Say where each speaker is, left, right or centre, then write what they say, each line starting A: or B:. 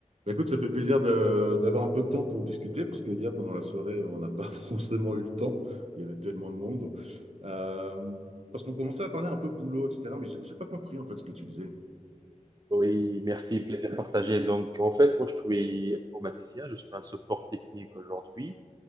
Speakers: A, on the right; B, on the right.
A: Bah, écoute, ça fait plaisir de- d'avoir un peu de temps pour discuter, parce que hier, pendant la soirée, on n'a pas <laughs> forcément eu le temps. Il y avait tellement de monde. Euh, parce qu'on commençait à parler un peu boulot, etc. Mais j'ai j'ai pas compris, en fait, ce que tu disais.
B: Oui, merci, plaisir partagé. Donc, en fait, moi, je suis informaticien, je suis un support technique aujourd'hui.